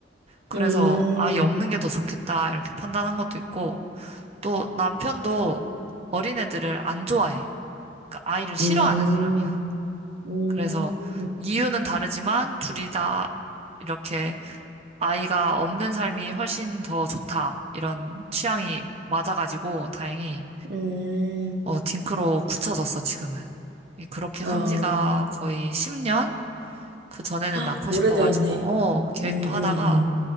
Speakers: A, on the right; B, on the right.
A: 그래서
B: 음,
A: 아이 없는
B: 음,
A: 게 더 좋겠다 이렇게 판단한 것도 있고 또 남편도 어린애들을 안 좋아해. 그러니까 아이를 싫어하는
B: 음,
A: 사람이야.
B: 음,
A: 그래서 이유는 다르지만 둘이 다 이렇게 아이가 없는 삶이 훨씬 더 좋다. 이런 취향이 맞아가지고 다행히
B: 음,
A: 어, 딩크로 굳혀졌어, 지금은. 이- 그렇게
B: 어,
A: 산 지가 거의 10년? 그 전에는
B: <gasps> 헉,
A: 낳고
B: 오래되었네.
A: 싶어가지고 어, 계획도
B: 음,
A: 하다가
B: 음, 음,